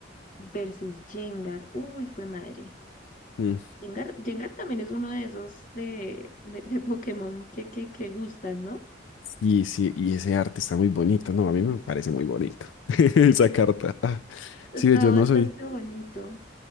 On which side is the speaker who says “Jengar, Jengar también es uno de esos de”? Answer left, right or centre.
Left